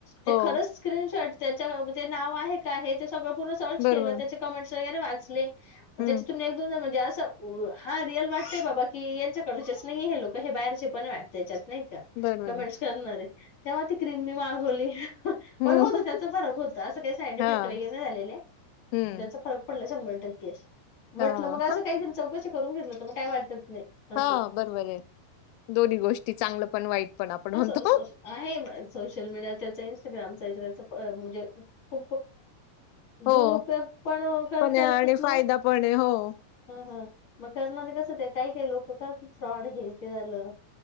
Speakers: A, on the left; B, on the left.
A: ते
B: हो.
A: खरच स्क्रिनशॉट त्याच्या अ ते नाव आहे का हे ते सगळ पूर्ण सर्च
B: बरोबर.
A: केलं त्याचे कमेंट्स वैगरे वाचले, म
B: हं,
A: त्याच्यातून एक दोन जण म्हणजे अस <unintelligible> हा रिअल वाटतंय बाबा, की यांच्याकडचेच नई हे लोक हे बाहेरचे पण आहे वाटतं यांच्यात. नाही का?
B: बरोबर
A: कमेंट्स
B: आहे.
A: करणारे, तेव्हा ती क्रीम मी मागवली.
B: हं.
A: पण होतं त्याचा फरक होता, असं काही साईड
B: हां.
A: इफेक्ट वैगरे नाही झालेले
B: हं.
A: त्याचा फरक पडला शंभर <unintelligible> म्हटलं
B: हां.
A: मग असं
B: हं.
A: काहीतरी चौकशी करून घेतलं, तर मग काय वाटत नाही असं
B: हा बरोबरये. दोन्ही गोष्टी चांगलं पण वाईट पण आपण म्हणतो.
A: असो, असो, असो आहे ना सोशल मीडियाचा त्याच <unintelligible>
B: हो,
A: दुरुउपयोग पण करता
B: पण आहे
A: येतात
B: आणि
A: ना.
B: फायदा पण आहे. हो,
A: हं हं! मग करणार कस ते काही-काही लोक करतात फ्रॉड हे ते झालं